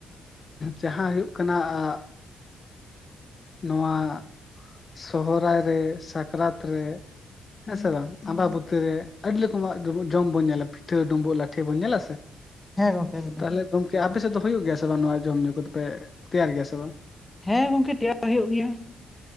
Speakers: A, on the left (about 40°); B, on the left (about 15°).
A: ᱡᱟᱦᱟᱸ ᱦᱩᱭᱩᱜ ᱠᱟᱱᱟ ᱟᱜ ᱱᱚᱣᱟ ᱥᱚᱦᱚᱨᱟᱭ ᱨᱮ ᱥᱟᱠᱨᱟᱛ ᱨᱮ ᱦᱮᱸᱥᱮ ᱵᱟᱝ ᱛᱟᱢᱵᱟ ᱵᱩᱛᱤᱨ ᱨᱮ ᱟᱹᱰᱤ ᱨᱚᱠᱚᱢᱟᱜ ᱰᱩᱢᱵᱩᱜ ᱡᱚᱢ ᱵᱚᱱ ᱧᱮᱞᱟ ᱯᱤᱴᱷᱟᱹ ᱰᱩᱢᱵᱩᱜ ᱞᱟᱴᱷᱮ ᱵᱚᱱ ᱧᱮᱞᱟ ᱥᱮ
B: ᱦᱮᱸ ᱜᱚᱝᱠᱮ ᱮᱠᱫᱚᱢ
A: ᱛᱟᱦᱚᱞᱮ ᱜᱚᱝᱠᱮ ᱟᱯᱮᱥᱮᱫ ᱫᱚ ᱦᱩᱭᱩᱜ ᱜᱮᱭᱟ ᱥᱮ ᱵᱟᱝ ᱱᱚᱣᱟ ᱡᱚᱢ ᱧᱩ ᱠᱚᱫᱚᱯᱮ ᱛᱮᱭᱟᱨ ᱜᱮᱭᱟ ᱥᱮ ᱵᱟᱝ?
B: ᱦᱮᱸ ᱜᱚᱝᱠᱮ ᱛᱮᱭᱟᱨ ᱦᱩᱭᱩᱜ ᱜᱮᱭᱟ